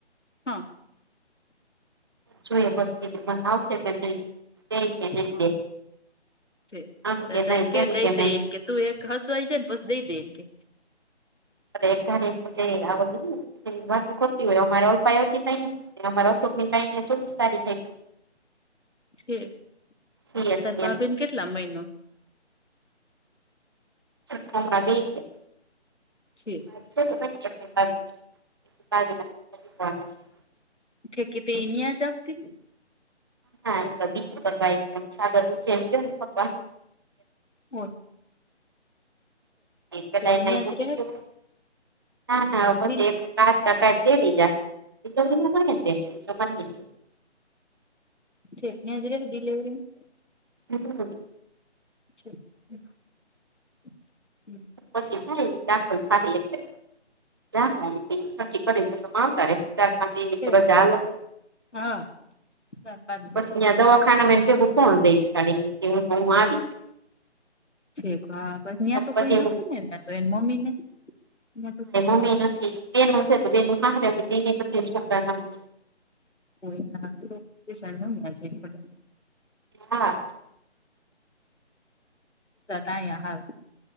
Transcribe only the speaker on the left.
હા અ.
હા
છે
તો
એમ
દઈ
દે એમ કે તું એક સચવાઈ જાય ને પછી, દઈ દે એને કે.
છે.
તારા
ભાભી
ને. કેટલા મો મહિનો છે?
છે
કેતી તી અહીંયા જોબ હતી.
હોર.
હવે
ન્યાં
જ રહે
ડીલ
પછી અહીંયા જ રેને ડિલેવરી માં.
<unintelligible> હમ
છે
હા. હા પા
ઠીક હા ત્યાં તો
કોઈ નથી
ને એમને તો એ મમ્મી નેં તો
કોમાં છે <unintelligible> પદે
તા તા યા હા.